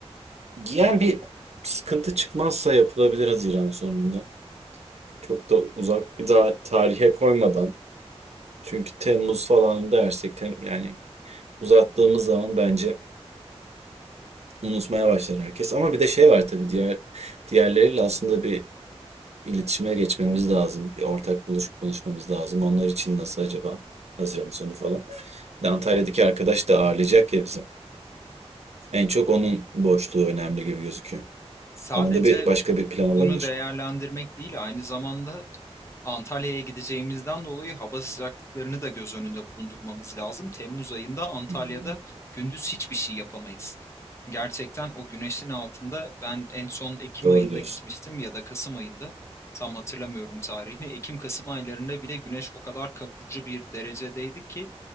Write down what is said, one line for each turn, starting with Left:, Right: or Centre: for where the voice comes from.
Right: Yani bir sıkıntı çıkmazsa yapılabilir Haziran sonunda. Çok da uzak bir daha tarihe koymadan. Çünkü Temmuz falan dersek tem yani uzattığımız zaman bence unutmaya başlar herkes. Ama bir de şey var tabii diğer diğerleriyle aslında bir iletişime geçmemiz lazım. Bir ortak buluşup konuşmamız lazım. Onlar için nasıl acaba? Haziran sonu falan. Bir de Antalya'daki arkadaş da ağırlayacak ya bizi. En çok onun boşluğu önemli gibi gözüküyor.
Left: Sadece
Right: Onu da bir başka bir plan olabilir.
Left: bunu değerlendirmek değil, aynı zamanda Antalya'ya gideceğimizden dolayı hava sıcaklıklarını da göz önünde bulundurmamız lazım. Temmuz ayında Antalya'da
Right: Hmm,
Left: gündüz hiçbir şey yapamayız. Gerçekten o güneşin altında ben en son Ekim
Right: doğru
Left: ayında
Right: diyorsun.
Left: gitmiştim ya da Kasım ayında tam hatırlamıyorum tarihini. Ekim-Kasım aylarında bile güneş o kadar kavurucu bir derecedeydi ki